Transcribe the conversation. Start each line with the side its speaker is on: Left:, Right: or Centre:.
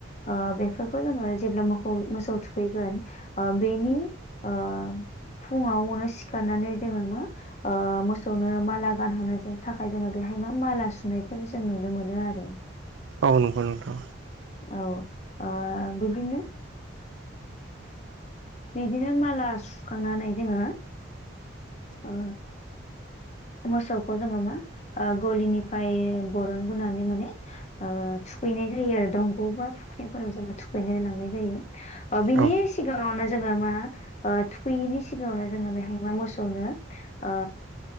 Left: ओ बेफोरखौ जोङो जेब्ला मो मोसौ थुखैगोन ओ बेनि ओ फुङावनो सिखारनानै जोङो मा ओ मोसौनो माला गानहोनो थाखाय जोङो बेहाय मा माला सुनायखौ जों नुनो मोनो आरो
Right: औ नंगौ नोंथा
Left: औ आ बिदि बिदिनो माला सुखांनानै जोङो ओ मोसौखौ जोङो मा ओ गलिनिफ्राय बरन बोनानै माने ओ थुखैनाय जायो आरो दंग' बा फुख्रिफोराव जोङो थुखैनो लांनाय जायो। ओ बिनि
Right: औ
Left: सिगाङावनो जोङो मा ओ थुखोयिनि सिगाङावनो जोङो बेहाय मा मोसौ खौनो आ